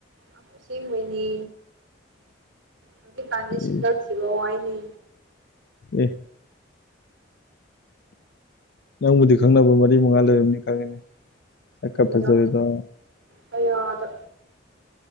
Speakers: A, on the right (about 75°); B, on the left (about 50°).
A: ꯑꯁ ꯑꯁꯦꯡꯕꯩꯅꯤ ꯍꯧꯖꯤꯛꯀꯥꯟꯗꯤ
B: ꯑꯦ
A: ꯁꯤꯡꯒꯜ ꯊꯤꯕ ꯋꯥꯏꯅꯤ
B: ꯑꯦ ꯅꯪꯕꯨꯗꯤ ꯈꯪꯅꯕ ꯃꯔꯤ ꯃꯉꯥ ꯂꯩꯔꯝꯅꯤ ꯈꯪꯉꯦꯅꯤ ꯁꯛꯀ
A: ꯑꯌꯥ
B: ꯐꯥꯖꯔꯦꯗꯣ
A: ꯀꯌꯥꯗ